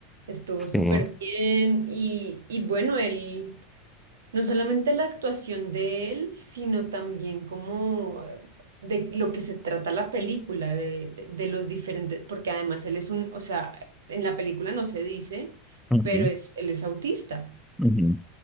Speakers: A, on the right (about 80°); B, in the centre.
A: Estuvo súper
B: Sí.
A: bien y, y bueno, él... No solamente la actuación de él, sino también como eh, de lo que se trata la película, de, de- de los diferentes, porque además él es un, o sea, en la película no se dice,
B: Ujú,
A: pero es, él es autista.
B: ujú.